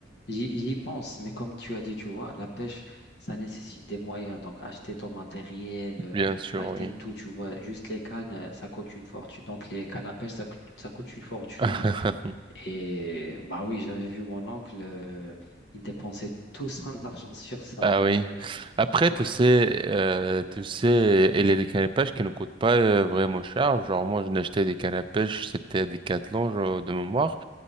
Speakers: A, on the left (about 60°); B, on the right (about 25°).
A: J'y j'y pense, mais comme tu as dit, tu vois, la pêche, ça nécessite des moyens. Donc, acheter ton matériel, euh,
B: bien sûr,
A: acheter
B: oui.
A: tout, tu vois. Juste les cannes, euh, ça coûte une fortune. Donc, les cannes à pêche, ça, coûte- ça coûte une fortune.
B: <laughs>
A: Et bah oui, j'avais vu mon oncle, euh, il dépensait tout son <laughs> argent sur ça.
B: Ah
A: Donc,
B: oui.
A: euh,
B: Après,
A: ouais,
B: tu sais, euh, tu sais, il y a des cannes à pêche qui ne coûtent pas euh, vraiment cher. Genre, moi, je acheté des cannes à pêche, c'était à Decathlon, genre, de mémoire.